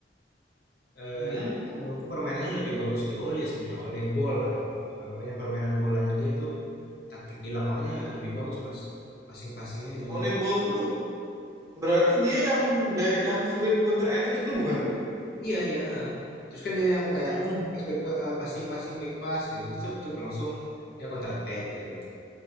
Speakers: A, on the left (about 60°); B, on the right (about 20°).
A: eh,
B: Hmm.
A: itu menurutku permainannya lebih bagus di Ole sebenarnya, Ole bola. Anggapannya permainan bolanya dia tuh taktik di lapangnya lebih bagus Mas. Passing-passingnya dibandingkan
B: Oleh Ball tuh Berarti dia yang de- yang fluid counter attack itu bukan?
A: Iya iya, heeh. Terus kan dia yang kayak
B: Mm-mm.
A: pas back pa- eh, passing passing back pass gitu, cup cup langsung dia counter attack gitu gitu.